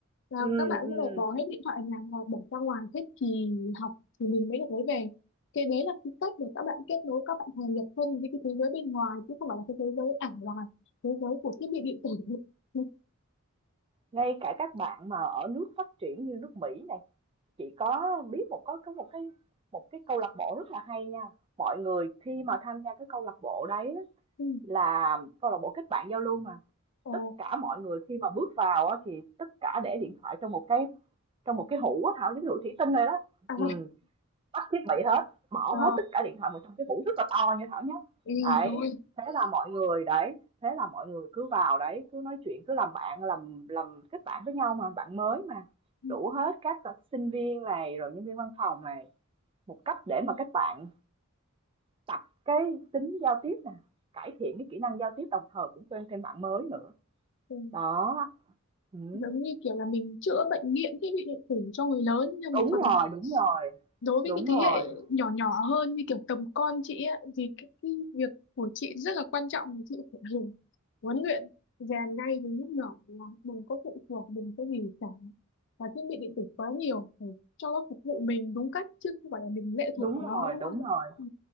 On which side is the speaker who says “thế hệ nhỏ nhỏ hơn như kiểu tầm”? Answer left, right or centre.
Left